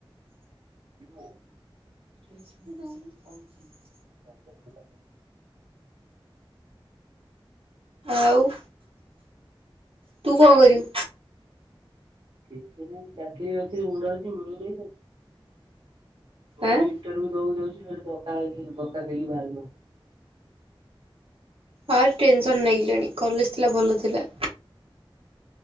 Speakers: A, on the right (about 60°); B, on the right (about 80°).
A: ହଁ <inaudible>
B: କ <inaudible>
A: ଆ <inaudible>
B: ଆଉ ତୁ କଣ କରିବୁ?
A: କିଛି ନାହିଁ। ଚାକିରି ବାକିରି ଉଣ୍ଡାଲୁଛି ମିଳୁନି ଆଉ। ଯୋଉଠି
B: ଆଁ
A: ଇଣ୍ଟରଭୁ ଦବାକୁ ଯାଉଛି ସେଠି ଧକ୍କା ଧକ୍କା ଦେଇକି ବାହାର କରିଛନ୍ତି।
B: ଆର୍ ଟେନସନ ନେଇଗଲିଣି, କଲେଜ ଥିଲା ଭଲ ଥିଲା।